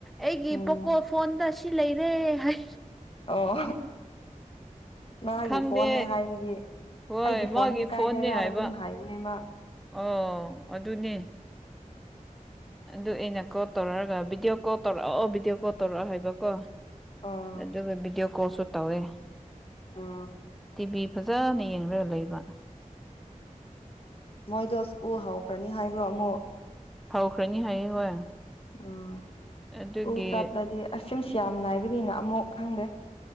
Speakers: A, in the centre; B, on the left.
A: ꯑꯩꯒꯤ
B: ꯎꯝ
A: ꯄꯣꯀꯣ ꯐꯣꯟꯗ ꯁꯤ ꯂꯩꯔꯦ ꯍꯥꯏ
B: ꯑꯣ ꯃꯥꯒꯤ
A: ꯈꯪꯗꯦ
B: ꯐꯣꯟꯅꯦ ꯍꯥꯏꯕꯒꯤ
A: ꯍꯣꯏ
B: ꯑꯩꯒꯤ
A: ꯃꯥꯒꯤ
B: ꯐꯣꯟꯗꯤ ꯀꯥꯏꯗꯔꯥꯅ
A: ꯐꯣꯟꯅꯤ ꯍꯥꯏꯕ
B: ꯑꯗꯨꯝ ꯍꯥꯏꯕꯅꯦ ꯃꯥ
A: ꯑꯣ ꯑꯗꯨꯅꯦ ꯑꯗꯨ ꯑꯩꯅ ꯀꯣꯜ ꯇꯧꯔꯛꯑꯒ ꯚꯤꯗꯤꯑꯣ ꯀꯣꯜ ꯇꯧꯔꯛꯑꯣ ꯚꯤꯗꯤꯑꯣ ꯀꯣꯜ ꯇꯧꯔꯛꯑꯣ ꯍꯥꯏꯕꯀꯣ
B: ꯑꯥ
A: ꯑꯗꯨꯒ ꯕꯤꯗꯤꯑꯣ ꯀꯣꯁꯨ ꯇꯧꯋꯦ
B: ꯑꯥ
A: ꯇꯤꯚꯤ ꯐꯖꯅ ꯌꯦꯡꯂꯒ ꯂꯩꯕ
B: ꯃꯣꯏꯗꯣ ꯁ꯭ꯀꯨꯜ ꯍꯧꯈ꯭ꯔꯅꯤ ꯍꯥꯏꯕ꯭ꯔꯣ ꯑꯃꯨꯛ
A: ꯍꯧꯈ꯭ꯔꯅꯤ ꯍꯥꯏꯌꯦ ꯍꯣꯏ
B: ꯑꯣ
A: ꯑꯗꯨꯒꯤ
B: ꯁ꯭ꯀꯨꯜ ꯆꯠꯂꯗꯤ ꯑꯁꯤꯝꯁꯨ ꯌꯥꯝ ꯅꯥꯏꯕꯅꯤꯅ ꯑꯃꯨꯛ ꯈꯪꯗꯦ